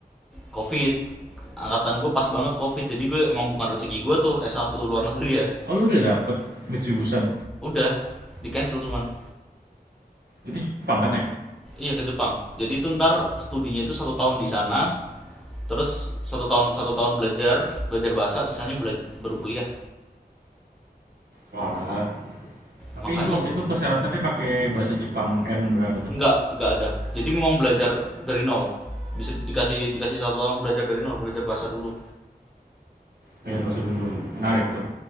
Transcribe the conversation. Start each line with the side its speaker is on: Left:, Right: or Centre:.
Centre: covid angkatan gue pas banget covid jadi gue emang bukan rezeki gue tuh s satu luar negeri ya
Right: Oh, lu udah dapet Mitsubishi-an.
Centre: udah di cancel cuman
Right: Itu Jepang kan ya?
Centre: iya ke Jepang jadi itu ntar studinya itu satu tahun di sana terus satu tahun satu tahun belajar belajar bahasa sisanya bela- baru kuliah
Right: Walah. Tapi
Centre: makanya
Right: itu waktu itu persyaratannya pakai bahasa Jepang N berapa tuh?
Centre: nggak nggak ada jadi memang belajar dari nol bisa dikasih dikasih satu tahun belajar dari nol belajar bahasa dulu
Right: belajar bahasa dulu menarik tuh